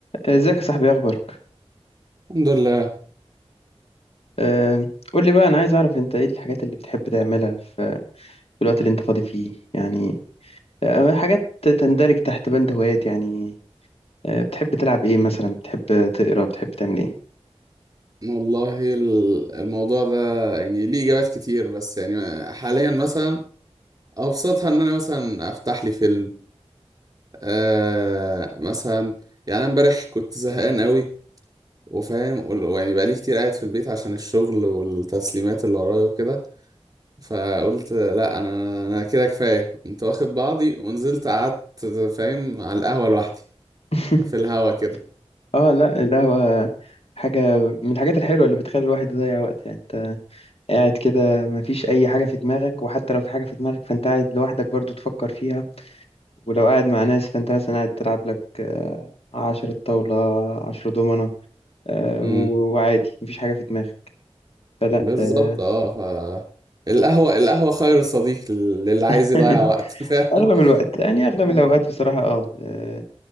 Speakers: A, on the left; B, on the right.
A: ازيك يا صاحبي إيه اخبارك
B: الحمد لله
A: أه قول لي بقى انا عايز اعرف انت ايه الحاجات اللي بتحب تعملها في في الوقت اللي انت فاضي فيه يعني أه حاجات تندرج تحت بند هوايات يعني أه بتحب تلعب ايه مثلا بتحب تقرا بتحب تعمل ايه
B: والله ال- الموضوع ده يعني ليه إجابات كتير بس يعني حاليا مثلا أبسطها إن أنا مثلا أفتح لي فيلم آه مثلا يعني أنا إمبارح كنت زهقان قوي وفاهم وال- ويعني بقالي كتير قاعد في البيت عشان الشغل والتسليمات اللي ورايا وكده فقلت لا أنا أنا كده كفاية كنت واخد بعضي ونزلت قعدت فاهم على القهوة لوحدي
A: <laughs>
B: في الهوا كده
A: اه لا القهوة حاجة من الحاجات الحلوة اللي بتخلي الواحد يضيع وقت يعني انت قاعد كده مفيش اي حاجة في دماغك وحتى لو في حاجة في دماغك فانت قاعد لوحدك برضو تفكر فيها ولو قاعد مع ناس فانت مثلا قاعد تلعب لك آه، عشرة طاولة عشرة دومنة آه،
B: مم.
A: وعادي مفيش حاجة في دماغك فلا
B: بالظبط
A: آه،
B: اه ف... القهوة القهوة خير صديق للي عايز
A: <laughs>
B: يضيع وقت <laughs> فعلا
A: أغلب الوقت يعني أغلب
B: مم.
A: الأوقات بصراحة اه آه،